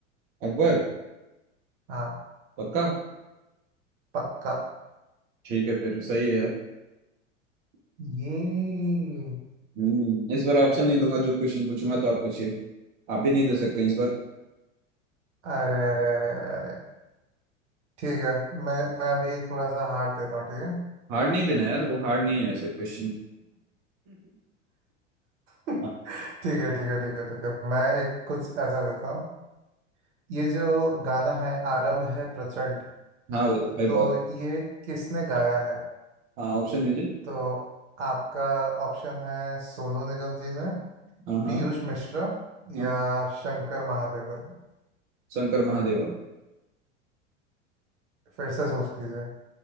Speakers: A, on the right; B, on the right.
A: अकबर
B: हाँ
A: पक्का
B: पक्का
A: ठीक है फिर सही है यार
B: ये
A: हम्म इस बार ऑप्शन नहीं दूंगा जो क्वेश्चन पूछूंगा तो आप पूछिए आप भी नहीं दे सकते इस बार
B: अरे अरे अरे अरे अरे ठीक है मैं मैं अभी थोड़ा सा हार्ड देता हूँ ठीक
A: हार्ड नहीं देना यार वो हार्ड नहीं है ऐसे क्वेश्चन
B: है
A: <laughs>
B: <laughs> ठीक है ठीक है ठीक है ठीक है मैं एक कुछ ऐसा देता हूँ ये जो गाना है आरंभ है प्रचंड
A: हाँ
B: ग-
A: वो तो भाई बहुत
B: तो ये किसने गाया है
A: हाँ ऑप्शन दीजिए
B: तो आपका ऑप्शन है सोनू निगम जी ने
A: हाँ हाँ
B: पीयूष मिश्रा
A: हाँ,
B: या शंकर महादेवन
A: शंकर महादेवा
B: फिर से सोच लीजिए